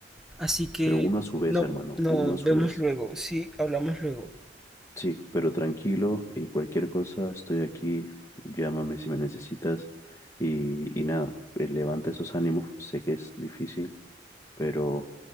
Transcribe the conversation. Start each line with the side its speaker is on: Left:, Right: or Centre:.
Centre: Así que
Left: pero uno a su vez,
Centre: no,
Left: hermano,
Centre: no,
Left: uno a su
Centre: vemos
Left: vez.
Centre: luego, sí, hablamos luego.
Left: Sí, pero tranquilo y cualquier cosa, estoy aquí, llámame si me necesitas y, y nada, eh, levanta esos ánimos, sé que es difícil, pero